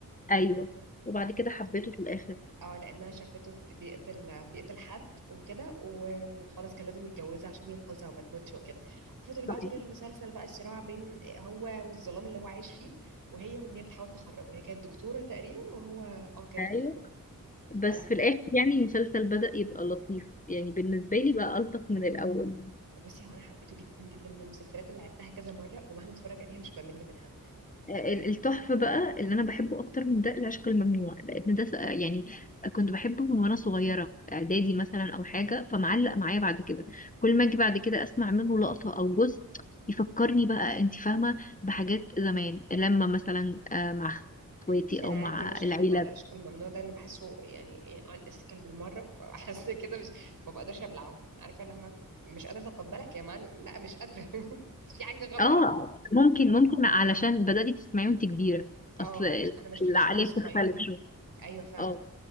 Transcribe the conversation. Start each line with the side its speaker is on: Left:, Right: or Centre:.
Left: ايوه وبعد كده حبيته في الاخر
Right: اه لانها شافته بت- بيقتل بيقتل حد وكده و- وخلاص كان لازم يتجوزها عشان ينقذها وما تموتش وكده وفضل بقى
Left: صحيح
Right: طول المسلسل بقى الصراع بين هو والظلام اللي هو عايش فيه وهي وان هي بتحاول تخرجه هي كانت دكتوره تقريبا وهو اه كانت
Left: ايوه
Right: دكتوره
Left: بس
Right: فلا
Left: في الاخر يعني المسلسل بدأ يبقى لطيف يعني بالنسبه لي بقى الطف من الاول
Right: بصي هو انا حبيته جدا جدا من المسلسلات اللي عدتها كذا مره ومهما اتفرج عليها مش بمل منها
Left: ال- التحفة بقى اللي أنا بحبه أكتر من ده العشق الممنوع لأن ده س- يعني كنت بحبه من وأنا صغيرة إعدادي مثلا أو حاجة فمعلق معايا بعد كده كل ما أجي بعد كده أسمع منه لقطة أو جزء يفكرني بقى أنت فاهمة بحاجات زمان لما مثلا آه، مع إخواتي
Right: بس انا
Left: أو مع
Right: عندي مشكله
Left: العيلة
Right: مع العشق الممنوع ده انا بحسه يعني ايه ان اسكال بالمره <laughs> بحس كده مش ما بقدرش ابلعه عارفه اللي هو مش قادره اتقبلك يا معلم لا مش قادره <laughs> في حاجه غلط
Left: اه ممكن ممكن علشان بدأتي تسمعيه وأنت كبيرة
Right: اه
Left: أصل
Right: عشان انا ما شفتوش
Left: العقلية
Right: وانا صغيره
Left: بتختلف شوية
Right: ايوه فعلا
Left: اه